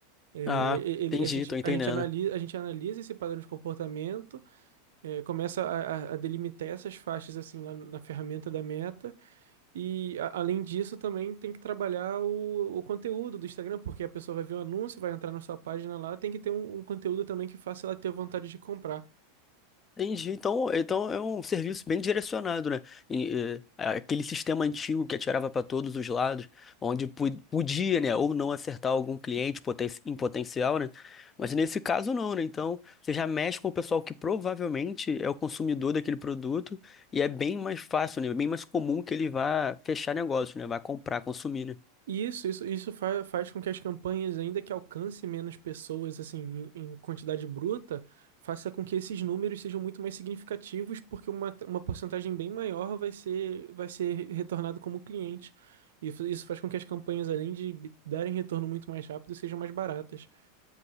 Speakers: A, on the right (about 65°); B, on the left (about 25°).
A: É, e-
B: Ah,
A: ele,
B: entendi,
A: a gente,
B: tô entendendo.
A: a gente analisa, a gente analisa esse padrão de comportamento, é, começa a, a a delimitar essas faixas assim lá na ferramenta da Meta E a- além disso, também tem que trabalhar o, o conteúdo do Instagram, porque a pessoa vai ver o anúncio, vai entrar na sua página lá, tem que ter um, um conteúdo também que faça ela ter vontade de comprar.
B: Entendi. Então, então é um serviço bem direcionado, né? E, é, aquele sistema antigo que atirava para todos os lados, onde pu- podia, né, ou não acertar algum cliente poten- em potencial, né? Mas nesse caso não, né? Então, você já mexe com o pessoal que provavelmente é o consumidor daquele produto e é bem mais fácil, né? Bem mais comum que ele vá fechar negócio, né? Vá comprar, consumir, né?
A: E isso, isso, isso faz, faz com que as campanhas, ainda que alcance menos pessoas, assim, em, em quantidade bruta, faça com que esses números sejam muito mais significativos, porque uma, uma porcentagem bem maior vai ser, vai ser retornado como cliente. E isso isso faz com que as campanhas, além de darem retorno muito mais rápido, sejam mais baratas.